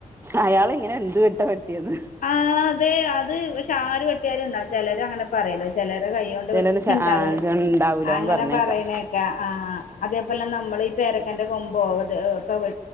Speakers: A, on the right (about 20°); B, on the left (about 90°).
A: അയാള് ഇങ്ങനെ എന്ത് വെട്ടാ വെട്ടിയന്ന്
B: ആ തെ അത് പക്ഷെ ആര് വെട്ട്യാലുണ്ടാവും ചെലേരങ്ങനെ പറ്യോലോ ചെലേരെ കൈയ്യോണ്ട്
A: ചിലര്
B: വെട്ട്യാണ്ടാവൂല
A: ആഹ് ഉണ്ടാവൂലാന്ന്
B: അങ്ങനെ
A: പറഞ്ഞേക്കാം
B: പറിണേ ക്കാ ആഹ് അതേപോലെ നമ്മളെ ഈ പേരക്കാന്റെ കൊമ്പോ അത് ഏഹ് ക്കെ വെ